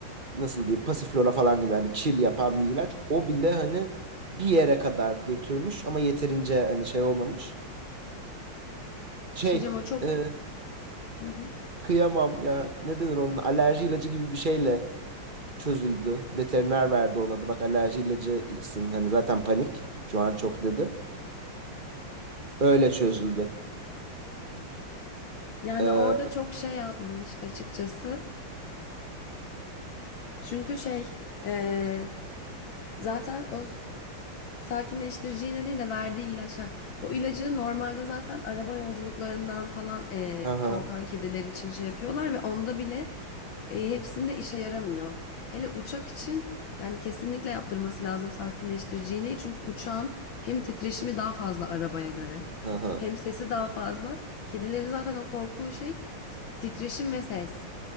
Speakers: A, on the right; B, on the left.
A: nasıl diyeyim pasiflora falan gibi hani chill yapan bir ilaç. O bile hani bir yere kadar götürmüş ama yeterince hani şey olmamış. Şey
B: bir şey diyeceğim o çok...
A: e,
B: Hı hı.
A: kıyamam ya ne denir onun alerji ilacı gibi bir şeyle çözüldü. Veteriner verdi ona da bak alerji ilacı içsin hani zaten panik şu an çok dedi. Öyle çözüldü.
B: Yani
A: Ee,
B: orada çok şey yapmış açıkçası. Çünkü şey eee, zaten o s- sakinleştirici iğne değil de verdiği ilaç. ha, o ilacı normalde zaten araba yolculuklarından falan eee,
A: hı hı,
B: korkan kediler için şey yapıyorlar ve onda bile eee, hepsinde işe yaramıyor. Hele uçak için yani kesinlikle yaptırması lazım sakinleştirici iğneyi. Çünkü uçağın hem titreşimi daha fazla arabaya göre
A: hı hı.
B: hem sesi daha fazla. Kedilerin zaten o korktuğu şey titreşim ve ses.